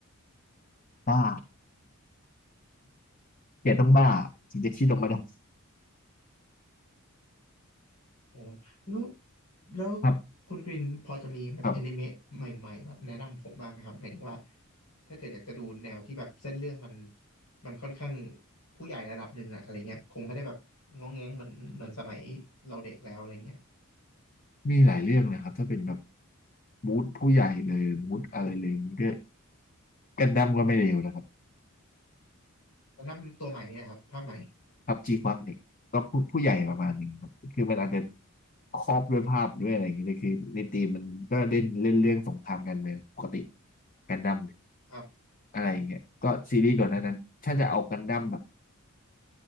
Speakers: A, on the left; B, on the left.
A: บ้า <laughs> แกต้องบ้าถึงจะคิดออกมาได้
B: อืม โอ้แล้วแล้ว
A: ครับ
B: คุณกรินพอจะมีแบบอนิเมะใหม่ๆแบบแนะนำผมบ้างไหมครับหมายถึงว่า
A: ครับ
B: ถ้าเกิดอยากจะดูแนวที่แบบเส้นเรื่องมันมันค่อนข้างผู้ใหญ่ระดับหนึ่งอะอะไรเงี้ยคงไม่ได้แบบง้องแง้งเหมันเหมันสมัยเราเด็กแล้วอะไรเงี้ย
A: มีหลายเรื่องนะครับถ้าเป็นแบบมูดผู้ใหญ่เลยมูดอะไรเลยอย่างนี้ก็กันดั้มก็ไม่เลวนะครับ
B: แล้วนับตัวใหม่เนี่ยครับภาคใหม่
A: พับจีควักเนี่ยก็พูดผู้ใหญ่ประมาณหนึ่งครับคือมันอาจจะครอบด้วยภาพด้วยอะไรอย่างนี้แต่คือในธีมมันก็เล่นเล่นเรื่องสงครามกันเมืองปกติกันดั้ม
B: ครับ
A: อะไรอย่างเงี้ยก็ซีรีส์ก่อนหนานั้นถ้าจะเอากันดั้มแบบ